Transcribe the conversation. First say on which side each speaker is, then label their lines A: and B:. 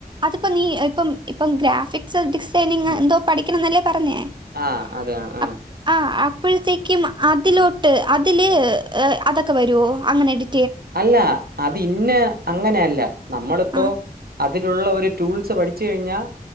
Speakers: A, on the right; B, on the right.
A: അതിപ്പോ നീ ഇപ്പം ഇപ്പം ഗ്രാഫിക്സ് ഡിസൈനിങ് എന്തോ പഠിക്കണെ ന്നെല്ലേ പറഞ്ഞെ <unintelligible>
B: ആഹ് അതാണ് ആഹ്
A: അപ് അ ആ അപ്പോഴത്തേക്കും അതിലോട്ട് അതില് അതൊക്കെ വരുമോ അങ്ങനെ എടു
B: അല്ല അ അത് ഇന്ന അങ്ങനെയല്ല നമ്മളിപ്പോ
A: ആ
B: അതിനലുള്ള ഒരു ടൂൾസ് പഠിച്ചച്ച് കഴിഞ്ഞാൽ